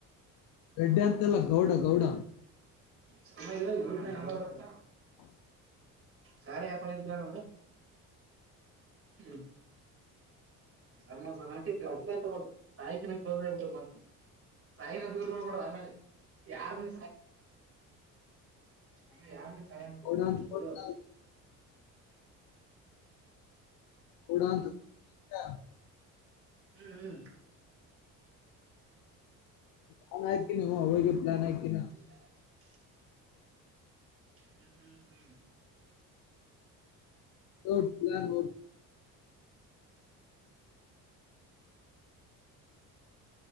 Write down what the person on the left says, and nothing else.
ರೆಡ್ಡಿ ಅಂತೆಲ್ಲ ಗೌಡ ಗೌಡ
ಗೌಡ ಅಂತ ಕೊಟ್ಟು
ನಾನು ಹಡಾ ಹ
ಪಲಾನ್ ಹಾಕತಿ ನೀವು ಅವಾಗ ಪ್ಲಾನ್ ಹಾಕತಿ.
ಹೌ ಪ್ಲಾನ್.